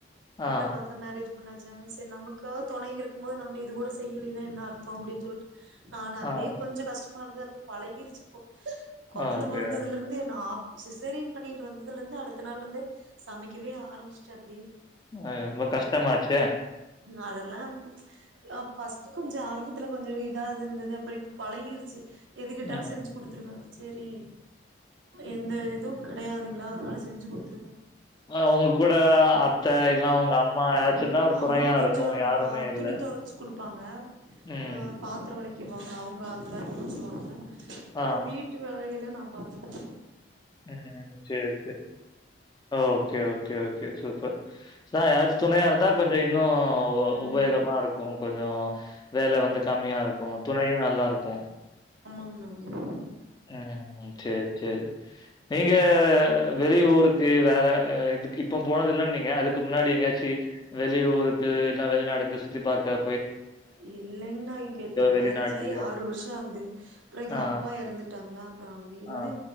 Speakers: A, on the right; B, on the left.
A: வீட்ல
B: ஆ,
A: பாத்துதா மேரேஜ் பண்ண வச்சாங்க சேரி நமக்காது தொணை இருக்கும்போது நம்ம இது கூட செய்யிலின்னா என்ன அர்த்தோ அப்டின்னு சொல்லிட்டு நானு அப்டியே
B: ஆ, ஆ.
A: கஷ்டமா இருந்தது அப்புற பழகிருச்சு இப்போ கொழந்த
B: ஓகே.
A: பொறந்ததுல இருந்தே நா சிசேரியன் பண்ணிட்டு வந்ததுல்ருந்து அடுத்த நாள் இருந்தே சமைக்கவே ஆரம்பிச்ட்ட அப்டி
B: அ ரொம்ப கஷ்டமாச்சே
A: அதெல்லா ஆ ஃபஸ்ட் கொஞ்ச ஆரம்பத்துல கொஞ்ச இதா இருந்துது அப்புற இப்ப பழகிருச்சு எது கேட்டாலு
B: ம்.
A: செஞ்சு குடுத்துருவ செரி எந்த இதுவு கெடையாதுங்ளா அதனால செஞ்சு குடுத்துருவ
B: அ உங்க கூட அத்தை இல்லனா உங்க அம்மா யாராச்சும்
A: இல்
B: இருந்தா ஒரு
A: அம்மா
B: துணையா
A: கொஞ்ச
B: இருக்கும். யாருமே
A: பா
B: இல்ல.
A: துணி தொவச்சு குடுப்பாங்க
B: ம்.
A: ஆ பாத்திர வெளக் கிருவாங்க அவங்க அந்த வேலய முடிச்சுருவாங்க
B: ஆ.
A: நா வீட்டு வேலையெல்லா நா பாத்துக்கற
B: ம் சேர் சேர் ஓகே ஓகே ஓகே சூப்பர் அதா யாராச்சு துணையா இருந்தா கொஞ்ச இன்னு
A: ம்
B: உபயோகமா இருக்கு கொஞ்ச வேல வந்து கம்மியா இருக்கு துணையு நல்லாருக்கு
A: ஒண்ணு ஒண்ணு
B: ம் சேர் சேர் நீங்க வெளியூருக்கு வேற எதுக்கு இப்ப போனது இல்லன்னிங்க அதுக்கு முன்னாடி எங்காச்சி வெளியூருக்கு இல்ல வெளிநாடுக்கு சுத்தி பாக்க
A: இல்லைங்னா இங்க இந்த மேரேஜ்
B: வெளிநாட்டுலயோ?
A: ஆயி ஆறு வருஷ ஆகுது அப்புற எங்கப்பா
B: ஆ,
A: எறந்துட் டாங்ளா அப்புற அங்கிருந்து
B: ஆ.